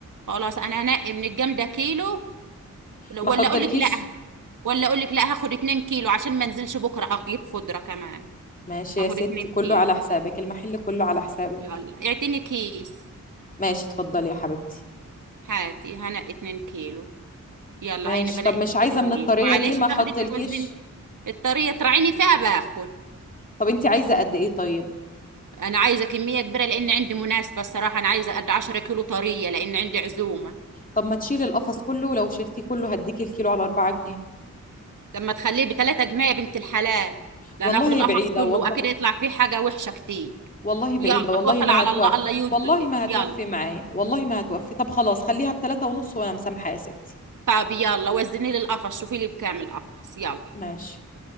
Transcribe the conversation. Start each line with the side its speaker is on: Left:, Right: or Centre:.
Right: خلاص انا هنقي من الجامدة كيلو ولا
Left: ما احطلكيش
Right: اقول لك لا ولا اقول لك لا هاخد اتنين كيلو عشان ما انزلش بكرة اجيب خضرة كمان
Left: ماشي
Right: هاخد
Left: يا ستي
Right: اتنين
Left: كله
Right: كيلو
Left: على حسابك المحل كله على حسابك
Right: يلا اعتني كيس
Left: ماشي اتفضلي يا حبيبتي
Right: هاتي هنا 2 كيلو يلا
Left: ماشي
Right: هينا بنقي
Left: طب مش عايزة
Right: 2
Left: من الطرية
Right: كيلو معلش
Left: دي ما
Right: تاخدي
Left: احطلكيش
Right: توزني الطرية تراعيني فيها باخد
Left: طب انت عايزة قد ايه طيب
Right: انا عايزة كمية كبيرة لان عندي مناسبة الصراحة انا عايزة قد 10 كيلو طرية لان عندي عزومة
Left: طب ما تشيلي القفص كله ولو شلتيه كله هديكي الكيلو على 4 جنيه
Right: لما تخليه بتلاتة جنيه يا بنت الحلال ده
Left: والله
Right: انا اخد القفص
Left: بعيدة
Right: كله
Left: والله
Right: واكيد يطلع فيه حاجة وحشة كتير
Left: والله بعيدة
Right: يلا
Left: والله
Right: توكل
Left: ما
Right: على
Left: هتوفي
Right: الله الله يرزقك
Left: والله ما هتوفي
Right: يلا
Left: معايا والله ما هتوفي طب خلاص خليها بتلاتة ونص وأنا مسامحة يا ستي
Right: طب يلا وزني لي القفص شوفي لي بكام القفص يلا
Left: ماشي